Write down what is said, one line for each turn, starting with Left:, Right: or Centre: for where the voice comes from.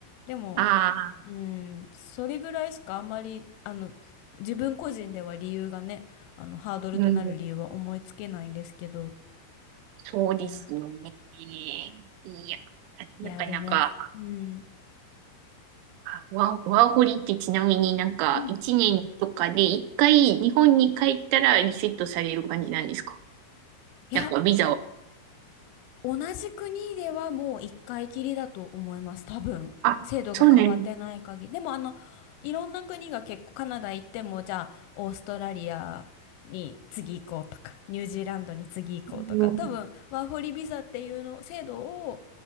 Left: でも、
Right: ああ、
Left: うん、それぐらいしかあんまり、あの、自分個人では理由がね、あの、ハードルとなる理由は思いつけないんですけど、
Right: うん、そうですよね。
Left: いや、
Right: いや、なかなか、
Left: いや、でもやっ、うん、
Right: あワー、ワーホリってちなみになんか、
Left: うん、
Right: 一年とかで一回日本に帰ったらリセットされる感じなんですか
Left: いや、
Right: なんかビザは。
Left: 同じ国ではもう一回きりだと思います。多分。
Right: あ、
Left: 制度が変わってない限り。
Right: そうなんです。
Left: でもあの、いろんな国が結構カナダ行っても、じゃあ、オーストラリアに次行こうとか、ニュージーランドに次行こうとか、
Right: うん、
Left: 多分、ワーホリビザっていうの、制度を、